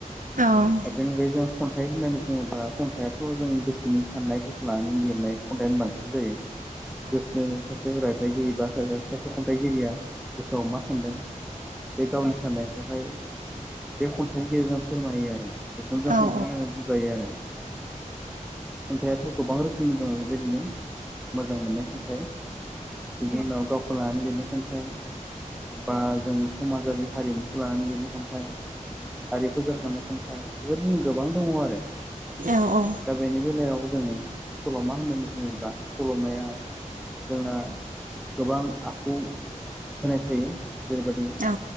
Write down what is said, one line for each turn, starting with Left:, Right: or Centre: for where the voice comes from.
Right: औ।
Centre: दा बे अनगायै जों खन्थाइ होननानै बुङोब्ला खन्थाइआथ' जों गोसोनि साननायफोरखौ लानानै लिरनाय। कन्टेन्ट बांसिन जायो।
Right: औ
Centre: गोसो सासे रायथाइगिरि बा सासे खन्थाइगिरिया गोसोआव मा सानदों बे गावनि साननायखौहाय बे खन्थाइनि गेजेरजों फोरमायो आरो। बेखौनो
Right: औ
Centre: जों खन्थाय होननानै बुंजायो आरो। खन्थाइाथ' गोबां रोखोमनि दङ बेबायदिनो मोजां मोननाय खन्थाइ बिनि उनाव गावखौ लानानै लिरनाय खन्थाइ। बा जों समाजारि हारिमुखौ लानानै लिरनाय खन्थाइ। हारिखु जाखांनाय खन्थाइ बेबायदिनो गोबां दङ आरो।
Right: औ औ।
Centre: दा बेनि बेलायाव जोङो सल'मा होननानै बुङोब्ला सल'मायाव जोंना गोबां आखु होनाय थायो जेरैबायदि
Right: औ।